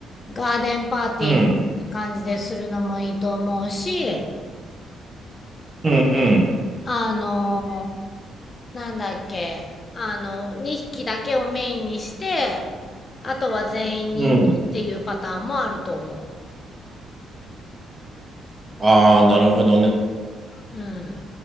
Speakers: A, on the left (about 35°); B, on the right (about 20°).
A: ガーデンパーティーみたいな感じでするのもいいと思うし、
B: うん、うん、うん。
A: あのなんだっけ、あの、2匹だけをメインにして、あとは全員人間っていうパターンもあると思
B: うん。ああ、なるほどね。
A: う。うん。